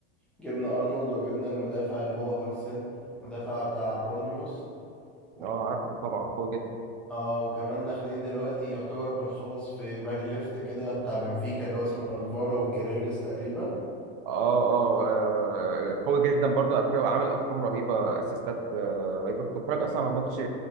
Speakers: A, in the centre; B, on the right (about 60°).
A: جبنا ارنولد وجبنا المدافع اللي هو هويسن مدافع بتاع بورنموث و-
B: اه عارفه طبعا قوي جدا
A: اه وكمان داخلين دلوقتي يعتبر بنخلص في باك ليفت كده بتاع بنفيكا اللي هو اسمه الفارو كريرس تقريبا
B: اه اه آه، قوي جدا برضو على فكره وعامل ارقام رهيبه اسيستات آه، رهيبه كنت بتفرج اصلا على ماتش